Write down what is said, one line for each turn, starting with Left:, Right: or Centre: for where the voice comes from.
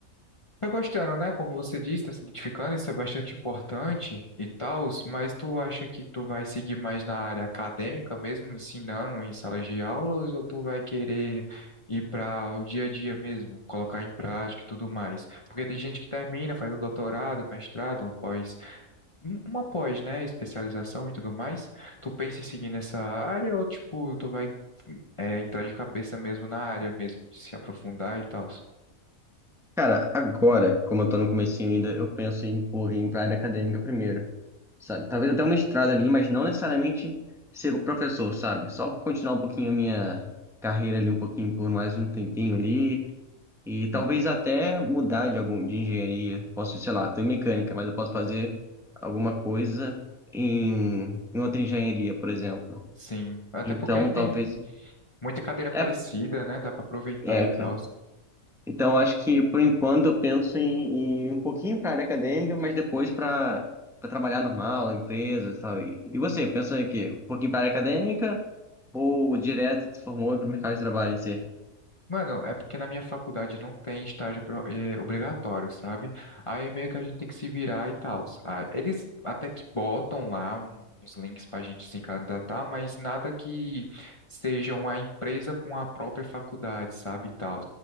Left: Tá gostando, né? Como você disse, tá se identificando, isso é bastante importante e tal, mas tu acha que tu vai seguir mais na área acadêmica mesmo, ensinando em salas de aulas, ou tu vai querer ir para o dia a dia mesmo, colocar em prática e tudo mais? Porque tem gente que termina, faz um doutorado, um mestrado, uma pós, um- uma pós, né? Especialização e tudo mais. Tu pensa em seguir nessa área ou, tipo, tu vai, é, entrar de cabeça mesmo na área mesmo, se aprofundar e tal?
Centre: Cara, agora, como eu tô no comecinho ainda, eu penso em, pô, ir pra área acadêmica primeiro. sabe? Talvez até um mestrado ali, mas não necessariamente ser professor, sabe? Só continuar um pouquinho a minha carreira ali, um pouquinho por mais um tempinho ali. E talvez
Left: Sim,
Centre: até mudar de algum de engenharia. Posso, sei lá, estou em mecânica, mas eu posso fazer alguma coisa em, em outra engenharia, por exemplo.
Left: sim. Até
Centre: Então,
Left: porque tem
Centre: talvez.
Left: Muita cadeira parecida,
Centre: É,
Left: né? Dá pra aproveitar
Centre: é,
Left: e tal.
Centre: Então, acho que por enquanto eu penso em, em um pouquinho para a área acadêmica, mas depois para trabalhar normal, na empresa, e tal. E, e você, pensa em quê? Um pouquinho para a área acadêmica ou direto se formou para o mercado de trabalho em si?
Left: Mano, é porque na minha faculdade não tem estágio pro- eh, obrigatório, sabe? Aí meio que a gente tem que se virar e tal. Eles até que botam lá uns links pra gente se candidatar, mas nada que seja uma empresa com a própria faculdade, sabe? E tal.